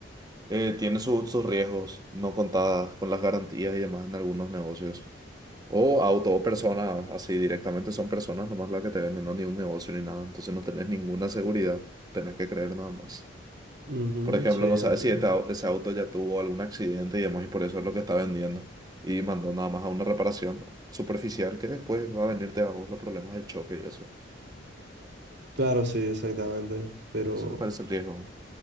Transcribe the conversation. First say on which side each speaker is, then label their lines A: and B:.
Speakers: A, on the right (about 20°); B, on the right (about 60°).
A: eh, tiene su- sus riesgos no contadas con las garantías y demás en algunos negocios. O auto o personas, así directamente son personas nomás las que te venden, no ni un negocio ni nada, entonces no tenés ninguna seguridad, tenés que creer nada más.
B: Ujú,
A: Por ejemplo,
B: sí, entiendo.
A: no sabes si este au- ese auto ya tuvo algún accidente y demás y por eso es lo que está vendiendo. Y mandó nada más a una reparación superficial que después va a venirte a vos los problemas del choque y eso.
B: Claro, sí, exactamente. Pero,
A: Ese me parece el riesgo.